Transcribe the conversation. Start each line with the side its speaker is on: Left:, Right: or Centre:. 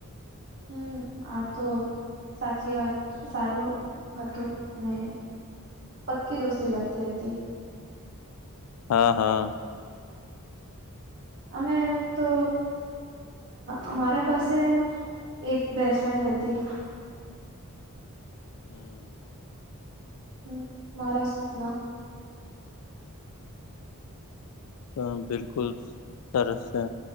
Right: હમ આ તો સાચી વાત સારું હતું. અને પક્કી દોસ્તી લગતી હતી.
Left: હા! હા!
Right: અમે તો અ મારા પાસે એક બેસ્ટફ્રેન્ડ હતી.
Left: હમ!
Right: હમ મહારાષ્ટ્ર ના
Left: હ બિલકુલ સરસ છે.